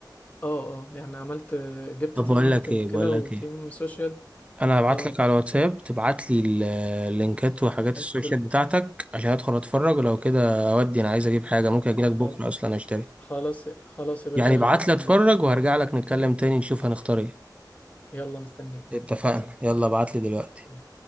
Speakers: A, on the left; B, on the right.
A: اه اه يعني عملت جبت
B: طب
A: تيم
B: بقول
A: ماركتنج
B: لك ايه
A: كده
B: بقول لك
A: وتيم
B: ايه
A: سوشيال
B: انا هبعت
A: اه
B: لك على واتساب تبعت لي ال- اللينكات وحاجات السوشيال
A: الكل
B: بتاعتك عشان ادخل اتفرج ولو كده اودي انا عايز اجيب حاجة ممكن اجيلك بكرة
A: خلاص
B: اصلا اشتري
A: خلاص خلاص يا باشا
B: يعني
A: يلا
B: ابعت
A: مستنيك
B: لي اتفرج وهرجع لك نتكلم تاني نشوف هنختار ايه
A: يلا مستنيك
B: اتفقنا
A: خلصان.
B: يلا ابعت لي دلوقتي
A: سلام